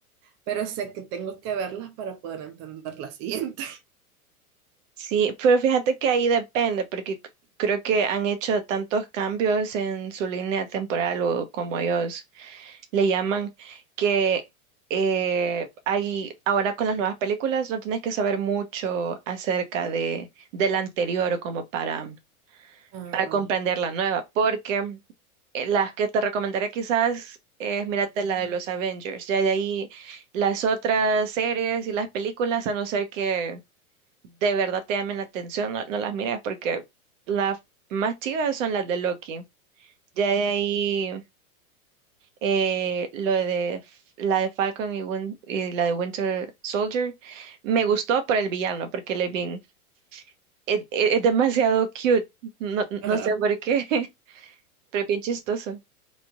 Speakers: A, on the right; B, on the right.
A: pero sé que tengo que verlas para poder entender la siguiente.
B: Sí, pero fíjate que ahí depende, porque c- creo que han hecho tantos cambios en su línea temporal o como ellos le llaman, que eh, hay, ahora con las nuevas películas no tenés que saber mucho acerca de, de la anterior o como para,
A: <laughs> Ajá.
B: para comprender la nueva, porque eh, las que te recomendaría quizás es mírate la de los Avengers, ya de ahí las otras series y las películas, a no ser que de verdad te llamen la atención, no, no las mires porque las más chivas son las de Loki. Ya de ahí eh, lo de F- la de Falcon y, Win- y la de Winter Soldier. Me gustó por el villano, porque él es bien, es, es- es demasiado cute, no,
A: Ajá.
B: no sé por qué, <laughs> pero es bien chistoso.